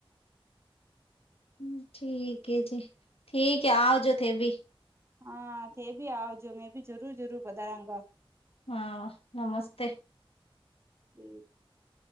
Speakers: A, on the left (about 80°); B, on the right (about 25°).
A: <unintelligible>
B: હા, તે ભી આવજો, મેં ભી જરૂર જરૂર બધા રંગ.
A: હા નમસ્તે
B: <inaudible>